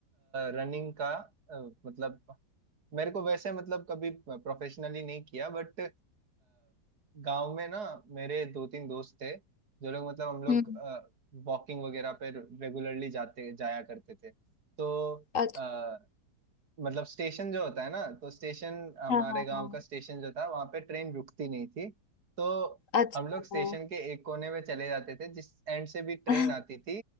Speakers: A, on the right; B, on the left.
A: रनिंग का अ, मतलब मेरे को वैसे मतलब कभी प्रोफेशनली नहीं किया बट गांव में ना मेरे दो तीन दोस्त थे जो लोग मतलब हम लोग
B: हूँ। हम्म
A: वॉकिंग वगैरह पे रेगुलरली जाते जाया करते थे तो
B: अच्छा
A: मतलब स्टेशन जो होता है ना तो स्टेशन हमारे
B: हाँ हाँ
A: गांव
B: हाँ
A: का स्टेशन जो था वहां पे ट्रेन रुकती नहीं थी तो
B: अच्छा
A: हम लोग स्टेशन
B: हाँ।
A: के एक कोने में चले जाते थे जिस एंड से भी ट्रेन
B: <laughs>
A: आती थी